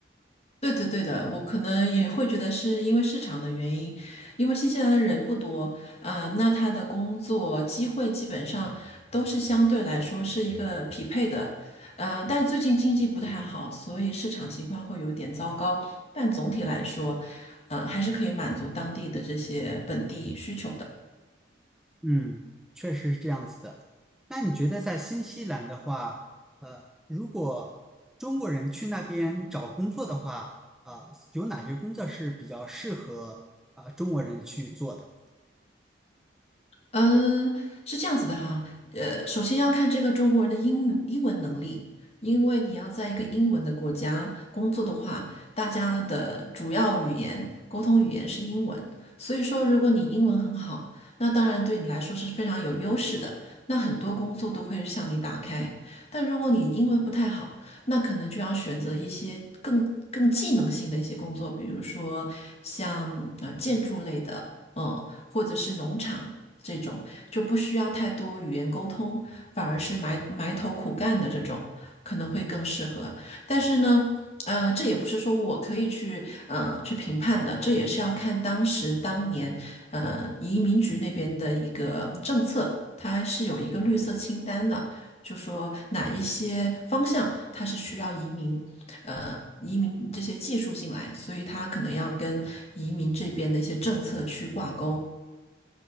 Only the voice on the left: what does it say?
对的，对的，我可能也会觉得是因为市场的原因，因为新西兰的人不多，啊、那他的工作机会基本上都是相对来说是一个匹配的，呃，但最近经济不太好，所以市场情况会有点糟糕，但总体来说，呃，还是可以满足当地的这些本地需求的。
嗯，是这样子的哈，呃，首先要看这个中国人的英语英文能力，因为你要在一个英文的国家工作的话，大家的主要语言沟通语言是英文，所以说如果你英文很好，那当然对你来说是非常有优势的，那很多工作都会向你打开。但如果你英文不太好，那可能就要选择一些更更技能性的一些工作，比如说像呃建筑类的，嗯，或者是农场。这种，就不需要太多语言沟通，反而是埋埋头苦干的这种，可能会更适合。但是呢，嗯、这也不是说我可以去呃去评判的，这也是要看当时当年呃移民局那边的一个政策，它是有一个绿色清单的。就说哪一些方向它是需要移民，呃，移民这些技术进来，所以它可能要跟移民这边的一些政策去挂钩。